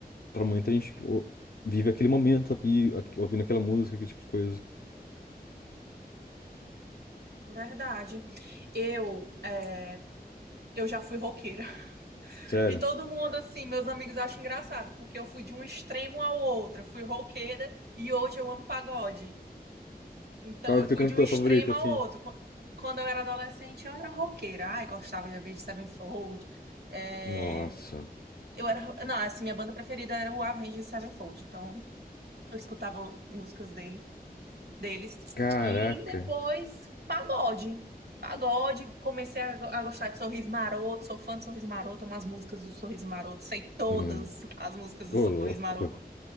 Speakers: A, on the left (about 65°); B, on the right (about 80°).
A: pra momento a gente, tipo, vive aquele momento aqui, aqui, ouvindo aquela música, aquele tipo de coisa.
B: Verdade. Eu, é, eu já fui roqueira. <laughs>
A: Sério.
B: E todo mundo, assim, meus amigos acham engraçado, porque eu fui de um extremo ao outro. Eu fui roqueira e hoje eu amo pagode. Então
A: Qual
B: eu
A: é o teu
B: fui
A: cantor
B: de um extremo
A: favorito, assim?
B: ao outro. Qu- Quando eu era adolescente, eu era roqueira. Ai, gostava de Avenged Sevenfold. É,
A: Nossa.
B: Eu era... ro- Não, assim, minha banda preferida era o Avenged Sevenfold. Então eu escutava músicas dele, deles.
A: Caraca.
B: E depois, pagode. Pagode, comecei a, go- a gostar de Sorriso Maroto, sou fã de Sorriso Maroto, umas músicas do Sorriso Maroto, sei todas
A: Hum,
B: as músicas do
A: ô
B: Sorriso
A: louco.
B: Maroto.